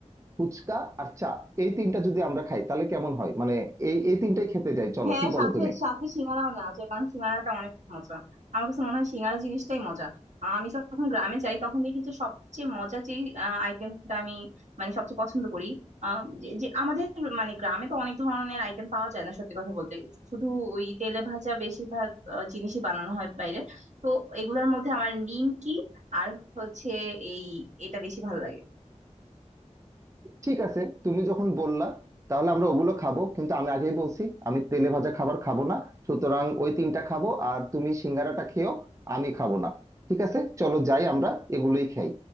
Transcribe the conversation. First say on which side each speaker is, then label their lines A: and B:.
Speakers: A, on the right; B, on the right.
A: ফুচকা আর চা এই তিনটা যদি আমরা খাই তাহলে কেমন হয় মানে এই এই তিনটাই খেতে যাই চলো
B: হ্যাঁ
A: কি বলো
B: সাথে
A: তুমি
B: সাথে সিঙ্গারাও না আছে কারণ সিঙ্গারাটা অনেক মজা আমার কাছে মনে হয় সিঙ্গারা জিনিসটাই মজা আমি যখন গ্রামে যাই তখন দেখি যে সবচেয়ে মজা যে আইটেমটা আমি মানে সবচেয়ে পছন্দ করি আহ, যে যে আমাদের মানে গ্রামে তো অনেক ধরনের আইটেম পাওয়া যায় না সত্যি কথা বলতে শুধু ওই তেলে ভাজা বেশিরভাগ আহ, জিনিসই বানানো হয় বাইরে তো এগুলোর মধ্যে আমার নিমকি আর হচ্ছে এই এটা বেশি ভালো লাগে
A: ঠিক আছে তুমি যখন বললা তাহলে আমরা ওগুলো খাবো কিন্তু আমি আগেই বলছি আমি তেলে ভাজা খাবার খাবো না সুতরাং ওই তিনটা খাবো আর তুমি সিঙ্গারাটা খেয়েও আমি খাবো না ঠিক আছে চলো যাই আমরা এগুলোই খাই